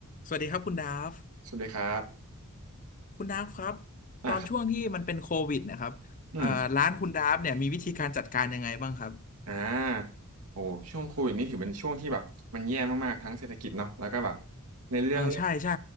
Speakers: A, on the left; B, on the right.
A: สวัสดีครับคุณดาฟ
B: สวัสดีครับ
A: คุณดาฟครับตอนช่วงที่มันเป็นโควิดนะครับเอ่อร้านคุณดาฟเนี่ยมีวิธีการจัดการยังไงบ้างครับ
B: อ่าครับอืม อ่าโอ้ช่วงโควิดนี่ถือเป็นช่วงที่แบบมันแย่มากๆ ทั้งเศรษฐกิจเนาะแล้วก็แบบในเรื่องเรื่อง
A: อ่าใช่ใช่